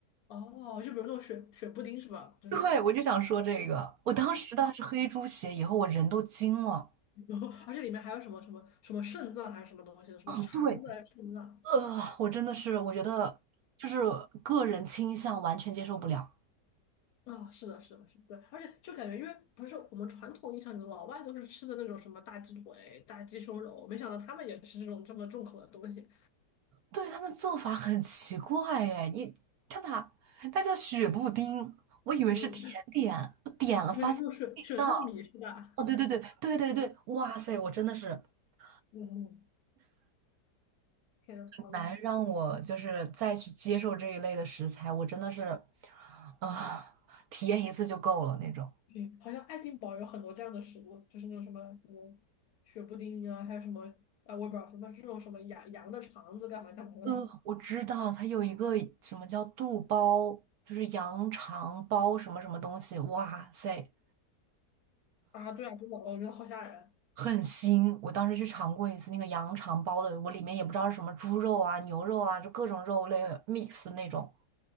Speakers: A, on the left; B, on the right.
A: 哦，就比如那种雪雪布丁是吧？就是那种，
B: 对，我就想说这个，我当时吃到的是黑猪血，以后我人都惊了。
A: 然后而且里面还有什么什么什么肾脏还是什么东西的，什么肠子还是肾脏
B: 啊，对，呃，我真的是，我觉得就是个人倾向完全接受不了。
A: 啊、是的，是的，是的，对，而且就感觉，因为不是我们传统印象里老外都是吃的那种什么大鸡腿、大鸡胸肉，没想到他们也吃这种这么重口的东东西。
B: 对，他们做法很奇怪哎，你他把它叫雪布丁，我以为是甜点，
A: 嗯，
B: 我点了发现是内脏。
A: 因为是那种雪雪糯米是吧？
B: 哦，对对对对对对，哇塞，我真的是很
A: 嗯，嗯，天呐，好的。
B: 难让我就是再去接受这一类的食材，我真的是啊、体验一次就够了那种。
A: 对，好像爱丁堡有很多这样的食物，就是那种什么什么雪布丁啊，还有什么啊，我也不知道什么这种什么羊羊的肠子干嘛干嘛的
B: 呃，我知道它有一个什么叫肚包，就是羊肠包什么什么东西，哇塞，
A: 啊，对啊，真的，我觉得好吓人。
B: 很腥。我当时去尝过一次那个羊肠包的，我里面也不知道是什么猪肉啊、牛肉啊，就各种肉类 mix 那种，